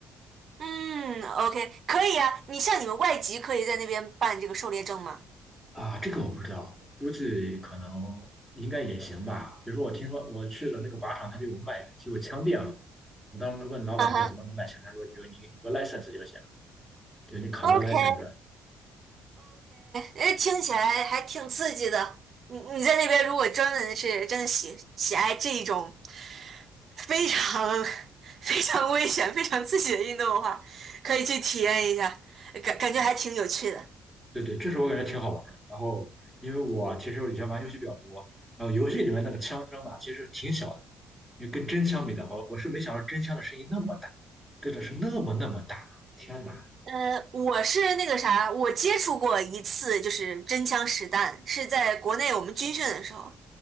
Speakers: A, on the right (about 55°); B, in the centre.
A: 嗯，OK，可以啊。你像你们外籍可以在那边办这个狩猎证吗？
B: 啊，这个我不知道，我估计可能应该也行吧。比如说，我听说我去的那个靶场，它就有卖就有枪店了。我当时问老板说怎么能卖枪，
A: 嗯哼
B: 他说有你有个 license 就行，对你考个
A: ，OK，OK，
B: license。
A: 哎，听起来还挺刺激的。你你在那边如果专门是真的喜喜爱这一种非常 <laughs> 非常危险、非常刺激的运动的话，可以去体验一下，感感觉还挺有趣的。
B: 对对，这时候我感觉挺好玩儿的。然后，因为我其实以前玩游戏比较多，然后游戏里面那个枪声嘛，其实挺小的，因为跟真枪比的话，我是没想到真枪的声音那么大，真的是那么那么大。天哪，
A: 呃，我是那个啥，我接触过一次，就是真枪实弹，是在国内我们军训的时候，